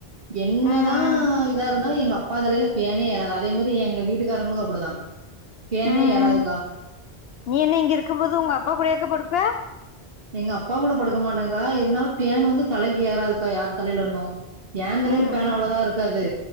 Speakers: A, on the right; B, on the left.
A: என்னதா
B: ம் ம்
A: இதா இருந்தாலு எங்க அப்பா தலையில பேனே ஏறாது அதே மாரி எங்க வீட்டுக்காரங்களுக்கு அப்டிதா பேனே
B: ம்
A: ஏறாதுக்கா
B: ம் நீ என்ன இங்க இருக்கும்போது உங்க அப்பா கூடயாக்கா படுப்ப
A: எங்க அப்பா கூட படுக்க மாட்டாங்கா இருந்தாலு பேனு வந்து தலைக்கு ஏறாதுக்கா யார் தலையில இருந்து ஏந்தலையில
B: ம்
A: பேனு
B: ம்
A: அவ்ளதா இருக்காது